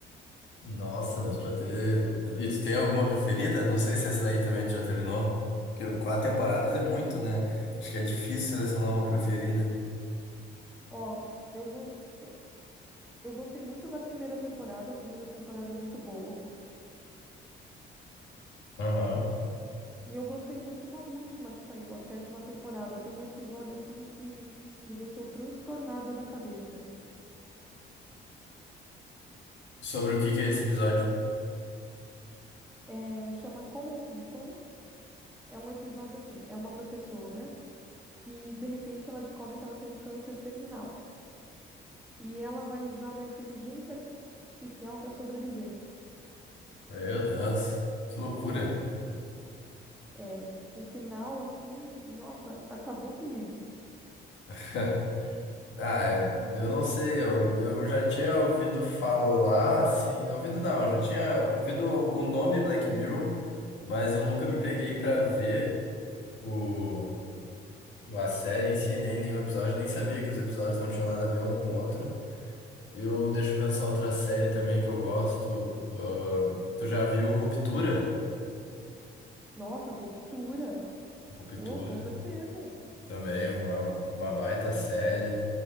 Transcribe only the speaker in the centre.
Ó, eu, go- eu, eu gostei muito da primeira temporada, a primeira temporada é muito boa.
E eu gostei muito da última que saiu, a sétima temporada. Tem um episódio assim que me deixou transtornada da cabeça.
É, chama Common People. É um episódio assim, é uma professora que de repente ela descobre que ela tem um câncer terminal e ela vai usar da inteligência artificial para sobreviver.
É, o final assim, nossa, acabou comigo.
Nossa, ruptura.
Oh, com certeza.